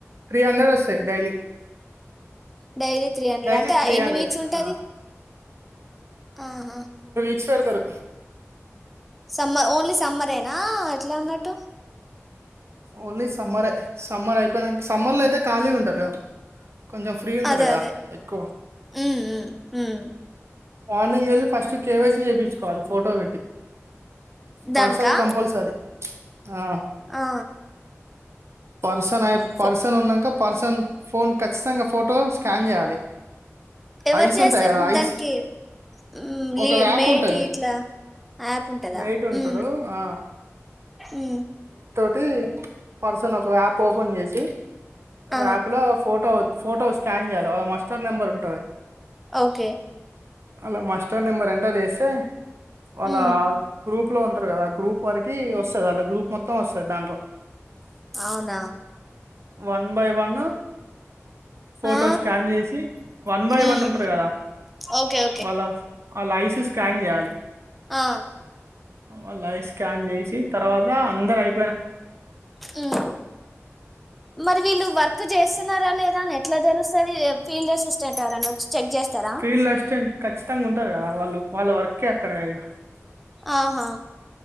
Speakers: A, on the right (about 60°); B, in the centre.
A: త్రీ హండ్రెడ్డ్ వస్త sir daily
B: daily three hundred
A: daily
B: అంటే
A: త్రీ
B: ఎన్ని
A: హండ్రెడ్
B: వీక్స్ ఉంటంది అహ
A: ఎక్స్ట్ పెడతారు
B: సమ్మర్ ఓన్లీ సమ్మరేనా ఎట్లా ఉన్నట్టు
A: ఓన్లీ సమ్మరే సమ్మర్ అయిపోయిన సమ్మర్ లో అయితే ఖాళీగా ఉంటారు కదా కొంచెం ఫ్రీ ఉంటారు
B: అదే
A: కదా
B: అదే
A: ఎక్కువ
B: ఉమ్ ఉమ్ ఉమ్
A: మార్నింగ్ వెళ్ళి ఫస్ట్ కేవైసీ చేయించుకోవాలి ఫోటో పెట్టి పర్సన్
B: దానికా
A: కంపల్సరీ ఆ
B: ఆ
A: పర్సన్ అయి
B: ఫో
A: పర్సన్ ఉన్నంక పర్సన్ ఫోన్ ఖచ్చితంగా ఫోటో స్కాన్ చేయాలి
B: ఎవరు
A: ఐస్
B: చేస్తారు
A: ఉంటాయి కదా ఐస్
B: దానికి ఉమ్ లీ
A: ఒక యాప్
B: మేటి
A: ఉంటుంది
B: ఇట్లా యాప్ ఉంటందా
A: మేట్ ఉంటాడు
B: ఊ
A: ఆ,
B: ఊ
A: పి పర్సన్ ఒక వాప్ ఓపెన్ చేసి
B: ఆ
A: వాప్ లో ఫోటో ఫోటో స్కాన్ చేయాల వాళ్ళ మస్టర్ నెంబర్ కరుంటాయి
B: ఓకే
A: అలా మస్టర్ నెంబర్ ఎంటర్ ఏస్తే వాళ్ళ
B: ఉమ్
A: గ్రూప్ లో ఉన్ టరు కద ఆ గ్రూప్ వరికి వస్తుది అలా గ్రూప్ మొత్తం వస్ ట దాంట్లో
B: అవునా
A: వన్ బై వన్ ఫోటో
B: ఆ
A: స్కాన్ చేసి వన్ బై వను
B: ఉమ్
A: ఉంటారు కదా
B: ఓకే ఓకే
A: వాళ్ళ వాళ్ళ ఐ సి స్ స్కాన్ చేయాలి
B: ఆ
A: వాళ్ళ ఐ స్కాన్ చేసి తర్వాత అందరూ ఐ
B: హ్మ్ మరి వీళ్ళు వర్క్ చేస్తున్నార లేద ఎట్లా తెలుస్తుంది ఫీల్డ్ అసిస్టెంట్ని వచ్చి చెక్ చేస్తారా
A: ఫీల్డ్ అసిస్టెంట్ కచ్ థింగ్ ఉంటారు కదా వాళు వాళ్ళ వ కక్క డైన
B: ఆహా